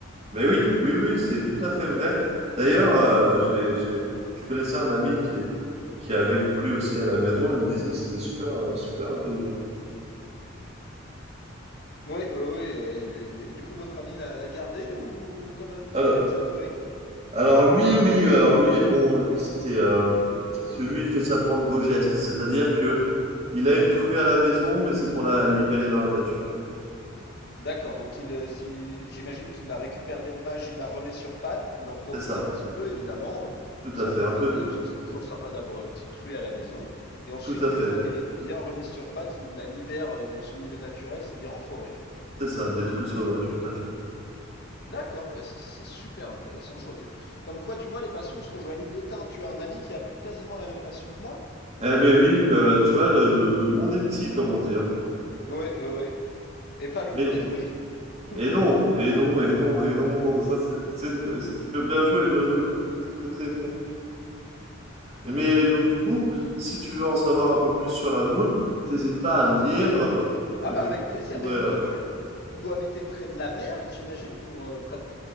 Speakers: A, on the right; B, on the left.
A: Mais oui, oui, oui, c'est tout à fait vrai. D'ailleurs, euh, j'ai, j'ai- je connaissais un ami qui, qui avait une fruit aussi à la maison. Il me disait que c'était super, euh, super intelligent.
B: Oui, oui, oui. et- et du coup, votre ami l'a l'a gardé ou qu'en a-t-il
A: Alors,
B: fait de sa truie?
A: alors lui, oui, alors lui, bon, lui, c'était euh, celui, il fait ça pour le beau geste. C'est-à-dire que il a une truie à la maison, mais c'est pour la libérer dans la nature.
B: D'accord, donc il, euh, si, j'imagine qu'il la récupère d'élevage, il la remet sur pattes, il en profite
A: C'est ça,
B: un petit
A: c'est
B: peu, évidemment, euh,
A: tout
B: de sa
A: à fait,
B: compagnie,
A: un peu,
B: parce que c'est toujours sympa d'avoir une petite truie à la maison. Et ensuite,
A: tout à fait.
B: une fois qu'elle est bien remise sur pattes, il la libère euh, dans son milieu naturel, c'est-à-dire en forêt.
A: C'est ça, des truies sauvages, tout à fait.
B: D'accord, bah c'est c'est super intéressant. Je vois que, comme quoi, tu vois, les passions se rejoignent vite, hein. Tu as un ami qui a quasiment la même passion que moi.
A: Eh ben oui, que, tu vois, le, le- le monde est petit, comme on dit. hein.
B: Oui, oui, Et pas le
A: Mais
B: monde détruit. <laughs>
A: Et non, et non, et non, et non. <laughs> Ça, c'est c'est une- c'est- bien joué, bien joué. Très, très fort. Mais donc, du coup, si tu veux en savoir un peu plus sur la moule, t'hésites pas à me dire.
B: Oui.
A: euh,
B: Ah
A: Et
B: bah
A: puis,
B: avec plaisir.
A: on pourrait,
B: Mais du
A: euh,
B: coup, tu, tu dois habiter près de la mer, j'imagine, pour euh, pratiquer